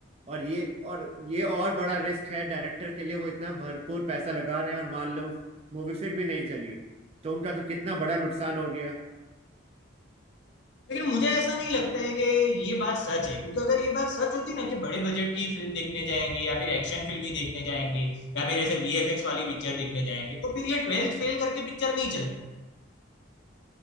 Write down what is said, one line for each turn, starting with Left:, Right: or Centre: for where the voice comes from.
Right: और ये और ये और बड़ा रिस्क है डायरेक्टर के लिए वो इतना भरपूर पैसा लगा रहे हैं और मान लो मूवी फिर भी नहीं चली तो उनका तो कितना बड़ा नुकसान हो गया
Left: लेकिन मुझे ऐसा नहीं लगता है कि ये बात सच है क्योंकि अगर ये बात सच होती ना कि बड़े बजट की फिल्म देखने जाएंगे या फिर एक्शन फिल्म ही देखने जाएंगे या फिर ऐसे वीएफएक्स वाली पिक्चर देखने जाएंगे तो फिर ये ट्वेल्थ फेल करके पिक्चर नहीं चलती